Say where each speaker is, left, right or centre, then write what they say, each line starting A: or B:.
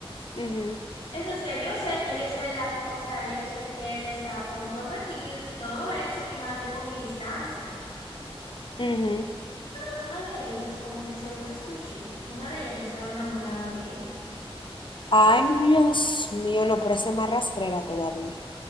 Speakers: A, on the left; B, on the left.
A: Ujú,
B: Entonces ya yo sé, ya yo sé la, o sea, ya yo sé que él está comprometido y todo eso y mantengo mi distancia.
A: ujú.
B: Pero una de ellas, como que según escuché, una de ellas estaba enamorada de él.
A: Ay,
B: Pues
A: Dios mío, no, pero esa es más rastrera todavía.